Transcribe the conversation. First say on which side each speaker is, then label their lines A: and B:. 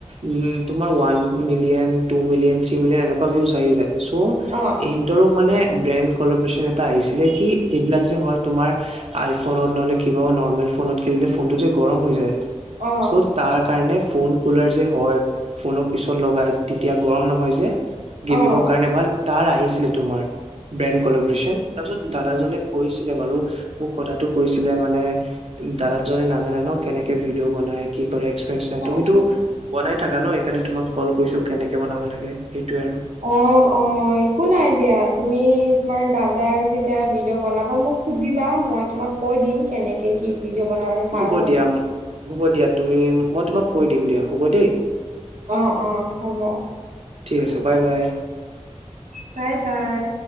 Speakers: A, on the right (about 55°); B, on the right (about 85°).
A: উম তোমাৰ one one million two million three million view আহি যায়, সিহতৰ
B: অ',
A: মানে ব্ৰেণ্ড কলব্ৰেচন এটা আহিছিলে কি এইবিলাক যে, হয় তোমাৰ আইফোনত নহলে কিবা নৰ্মেল ফোনত খেলিলে ফোনতটো যে গৰম হৈ যায়
B: অ', অ',
A: চ তাৰ কাৰণে, ফোন কলাৰ যে হয় ফোন, পিছত লগাই তেতিয়া গৰম নহয় যে, গেমিংৰ
B: অ',
A: কাৰণে ভাল, তাৰ আহিছিলে তোমাৰ, ব্ৰেণ্ড কলব্ৰচন তাৰপিছত দাদাজনে কৈছিলে বাৰু, মোক কথাতটো কৈছিলে মানে দাদাত জনে নাজানে ন কেনেকে ভিডিঅ' বনাই কি কৰে একসপৰিয়েঞ্চ নাই তুমিতো
B: অ', অ'।
A: বনাই থাকা ন সেই কাৰনে তোমাক কল কৈছো কেনেকে বনাব লাগে সেইটোয়ে আৰু
B: অ অ একো নাই দিয়া তুমি তোমাৰ দাদাই যেতিয়া ভিডিঅ' বনাব মোক সুধিবা মই তোমাক কৈ দিম কেনেকে কি ভিডিঅ' বনালে ভাল
A: হ'ব দিয়া হ'ব দিয়াত তুমি মই তোমাক কৈ দিম দিয়া হ'ব দেই
B: অ অ হ'ব
A: ঠিক আছে বাই বাই
B: বাই বাই